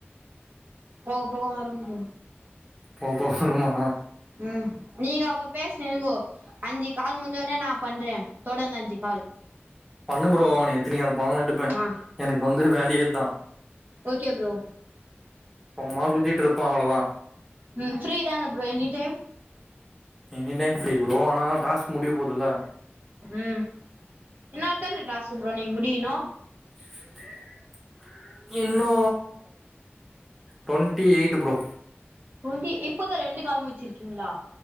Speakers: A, on the right (about 50°); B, in the centre.
A: போக போக வருந்து
B: போகப் போக வரும்மா
A: ம் நீங்க அப்ப பேசினீங்கோ அஞ்சு கால் முஞ்சோனே நா பண்றே தொடர்ந்து அஞ்சு கால்
B: பண்ணு ப்ரோ நீ எத்தனி கால் பண்ணாலும் நா எடுப்பே
A: ஆ
B: எனக்கு வந்து வேலையே இத்தா
A: ஓகே ப்ரோ
B: சும்மா சுத்திட்ரிப்போ அவ்ளதா
A: ம் ஃப்ரீ தானே bro any time
B: any time free bro ஆன என்ன டாஸ்க் முடிய போதுல்ல
A: ம் இன்னொ எத்தன டாஸ்க் ப்ரோ நீங்க முடிக்கணு
B: இ இன்னு ட்வெண்ட்டி எயிட் ப்ரோ
A: பூண்டி இப்பதா ரெண்டு கால் முச்சிருக்கீங்களா